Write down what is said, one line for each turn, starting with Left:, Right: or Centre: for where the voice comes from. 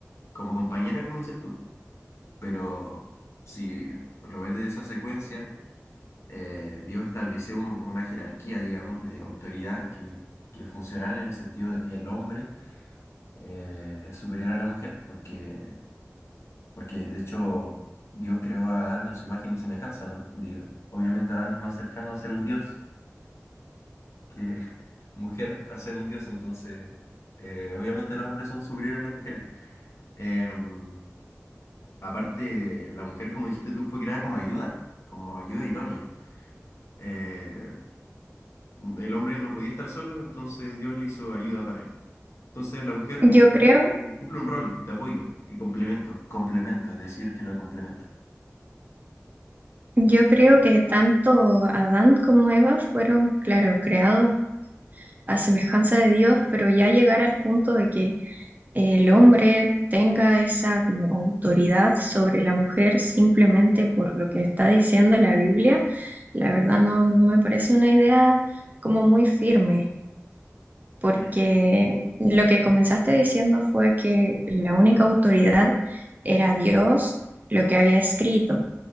Left: como compañera, como dices tú, pero si lo ves de esa secuencia, eh, Dios estableció un- una jerarquía, digamos, de autoridad que que es funcional en el sentido de que el hombre eh, es superior a la mujer, porque, porque de hecho Dios creó a Adán a su imagen y semejanza, ¿no? Di- obviamente Adán es más cercano a ser un dios que <laughs> mujer a ser un dios, entonces eh, obviamente los hombres son superiores a las mujeres. Em, aparte, la mujer, como dijiste tú, fue creada como ayuda, como ayuda idónea. Eh, el hombre no podía estar solo, entonces Dios le hizo ayuda para él. Entonces la mujer
Right: Yo
Left: cumple,
Right: creo...
Left: cumple un rol de apoyo y complemento, complemento, es decir, que lo complementa.
Right: Yo creo que tanto Adán como Eva fueron, claro, creados a semejanza de Dios, pero ya llegar al punto de que el hombre tenga esa como autoridad sobre la mujer simplemente por lo que está diciendo la Biblia, la verdad no, no me parece una idea como muy firme, porque
Left: Mira,
Right: lo que comenzaste diciendo fue que la única autoridad era Dios, lo que había escrito.